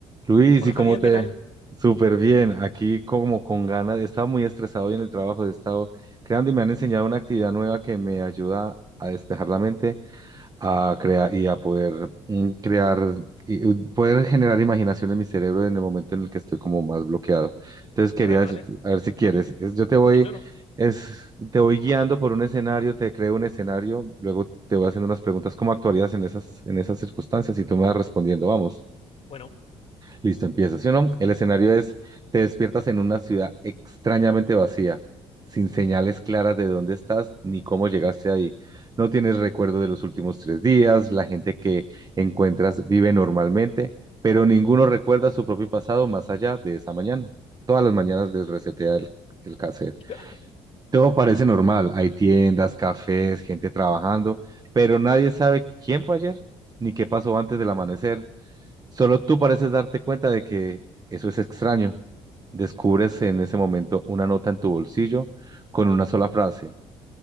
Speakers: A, on the right (about 30°); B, on the left (about 45°).
A: Luis,
B: Hola
A: ¿y
B: Javier,
A: cómo te?
B: ¿qué tal?
A: Súper bien, aquí como con ganas, estaba muy estresado hoy en el trabajo, he estado creando y me han enseñado una actividad nueva que me ayuda a despejar la mente, a crear y a poder mm, crear y y poder generar imaginación en mi cerebro en el momento en el que estoy como más bloqueado. Entonces quería
B: A ver,
A: decirte,
B: dale.
A: a ver si quieres, es- yo te voy,
B: Sí, claro.
A: es, te voy guiando por un escenario, te creo un escenario, luego te voy haciendo unas preguntas, ¿cómo actuarías en esas, en esas circunstancias? Y tú me vas respondiendo, vamos.
B: Bueno,
A: Listo, empieza. ¿Sí o no? El escenario es, te despiertas en una ciudad extrañamente vacía, sin señales claras de dónde estás ni cómo llegaste ahí. No tienes recuerdo de los últimos tres días, la gente que encuentras vive normalmente, pero ninguno recuerda su propio pasado más allá de esa mañana. Todas las mañanas desresetea el, el cassette.
B: <laughs> Ya.
A: Todo parece normal, hay tiendas, cafés, gente trabajando, pero nadie sabe quién fue ayer ni qué pasó antes del amanecer. Solo tú pareces darte cuenta de que eso es extraño. Descubres en ese momento una nota en tu bolsillo con una sola frase.